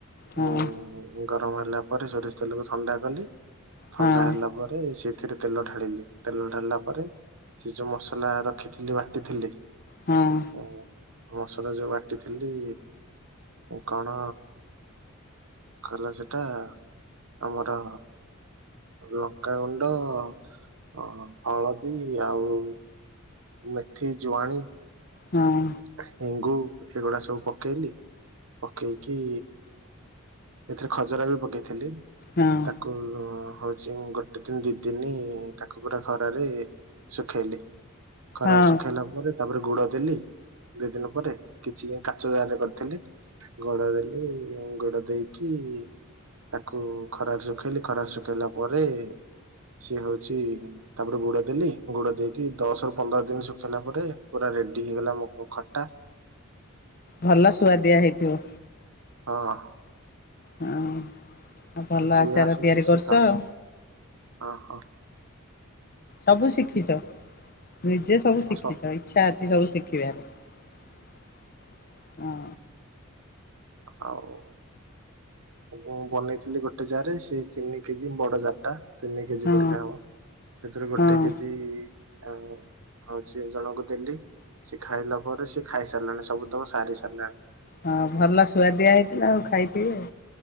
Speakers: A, on the left; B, on the right.
A: ହଁ
B: ଉ
A: ହଁ।
B: ଗରମ ହେଲା ପରେ ସୋରିଷ ତେଲକୁ ଥଣ୍ଡା କଲି
A: ହଁ
B: ଥଣ୍ଡା ହେଲା ପରେ ତା ପରେ ସେଥିରେ ତେଲ ଢାଳିଲି ତେଲ ଢାଳିଲା ପରେ ସେ ଯୋଉ ମସଲା ରଖିଥିଲି ବାଟିଥିଲି
A: ହଁ
B: ଓ ମସଲା ଯୋଉ ବାଟିଥିଲି କଣ କଲା ସେଟା ଆମର ଲଙ୍କା ଗୁଣ୍ଡ ଆଉ ଅ ହଳଦୀ ଆଉ ମେଥି ଜୁଆଣି
A: ହଁ
B: ହେଙ୍ଗୁ ଏଗୁଡା ସବୁ ପକେଇଲି ପକେଇକି ଏଥିରେ ଖଜରା ବି ପକେଇଥିଲି।
A: ହଁ
B: ଉହୁ ହଉଛି ଗୋଟେ ଦିନ ଦି ଦିନ ତାକୁ ପୁରା ଖରାରେ ଶୁଖେଇଲି ଖରାରେ
A: ହଁ
B: ଶୁଖେଇଲା ପରେ ତାପରେ ଗୁଡ ଦେଲି ଦି ଦିନ ପରେ। କିଛି ଯାଏଁ କାଚ ଜାରରେ କରିଥିଲି ଗୋଡ ଦେଲି ଗୋଡ ଦେଇ କି ତାକୁ ଖରା ରେ ଶୁଖେଇଲି ଖରା ରେ ଶୁଖେଇଲା ପରେ ସେ ହଉ ଚି ତାପରେ ଗୁଡ ଦେଲି ଗୁଡ ଦେଇକି ଦଶ ରୁ ପନ୍ଦର ଦିନ ଶୁଖେଇଲା ପରେ ପୁରା ରେଡି ହେଇଗଲା ମୋ ଖଟା।
A: ଭଲ ଶୁଆଦିଆ ହେଇଥିବ।
B: ହଁ
A: ହଁ ଭଲ
B: ଯିଏ
A: ଆଚାର
B: ଆସୁଛି
A: ତିଆରି
B: ସିଏ
A: କରୁଚ
B: ଖାଉଛି
A: ଆଉ।
B: ହଁ ହଁ
A: ସବୁ ଶିଖିଚ। ନିଜେ ସବୁ ଶିଖିବ
B: ଆସ
A: ଇଚ୍ଛା ଅଛି ସବୁ ଶିଖିବାରେ ହଁ
B: ହଉ ମୁଁ ବନେଇଥିଲି ଗୋଟେ ଜାରେ ସେ ତିନି କେଜି ବଡ ଜାରଟା ତିନି କେଜି
A: ହଁ
B: ପରିକା ହବ। ଏଥିରୁ ଗୋଟେ
A: ହଁ
B: କେଜି ଆଁ ହଉଛି ଜଣଙ୍କୁ ଦେଲି ସେ ଖାଇଲା ପରେ ସେ ଖାଇ ସାରିଲାଣି ସବୁ ତକ ସାରି ସାରିଲାଣି।
A: ହଁ ଭଲ ସୁୁଆଦିଆ ହେଇଥିଲା ଆଉ ଖାଇଥିବେ।